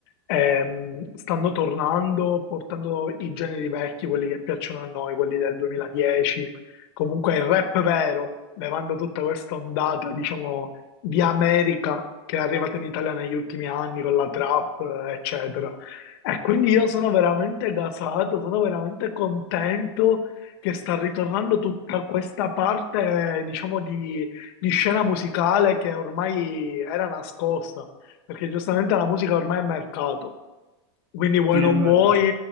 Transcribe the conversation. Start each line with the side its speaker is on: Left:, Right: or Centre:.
Left: ehm, stanno tornando portando i generi vecchi, quelli che piacciono a noi, quelli del 2010. Comunque il rap vero, levando tutta questa ondata, diciamo, di America che è arrivata in Italia negli ultimi anni con la trap, eccetera. E quindi io sono veramente gasato, sono veramente contento che sta ritornando tutta questa parte, diciamo, di, di scena musicale che ormai era nascosta, perché giustamente la musica ormai è mercato. Quindi vuoi
Right: sì,
Left: non
Right: è vero.
Left: vuoi,